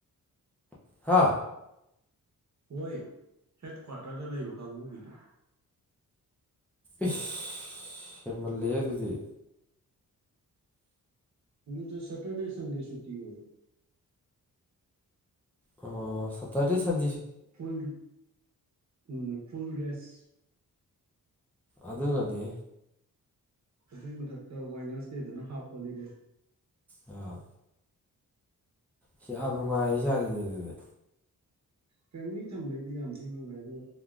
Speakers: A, in the centre; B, on the right.
A: ꯍꯥ
B: ꯍꯣꯏ ꯍꯦꯠ ꯀ꯭ꯋꯥꯔꯇꯔꯗ ꯂꯩꯕ ꯀꯥꯡꯕꯨꯒꯤꯗꯨꯣ
A: ꯏꯁ ꯍꯦꯟꯃꯜꯂꯦꯍꯦ ꯑꯗꯨꯗꯤ
B: ꯗ ꯁꯦꯇꯔꯗꯦ ꯁꯟꯦꯗꯦ ꯁꯨꯇꯤ ꯑꯣꯏꯕ꯭ꯔꯣ
A: ꯑꯣ ꯁꯠꯇꯥꯔꯗꯤ ꯁꯟ
B: ꯐꯜ ꯎꯝ ꯐꯨꯜ ꯔꯦꯁ
A: ꯑꯗꯨꯒꯗꯤ
B: ꯑꯗꯨꯏ ꯃꯊꯛꯇ ꯋꯥꯏꯅꯁꯗꯦꯗꯅ ꯍꯥꯞ ꯍꯣꯂꯤꯗꯦ
A: ꯑ ꯁꯤ ꯌꯥꯝ ꯅꯨꯡꯉꯥꯏꯔꯤ ꯖꯥꯠꯅꯤꯅꯦ ꯑꯗꯨꯗꯤ
B: ꯐꯦꯃꯤꯂꯤ ꯊꯝꯕꯩꯗꯤ ꯌꯥꯝ ꯊꯤ ꯅꯨꯡꯉꯥꯏ ꯑꯗꯨꯒ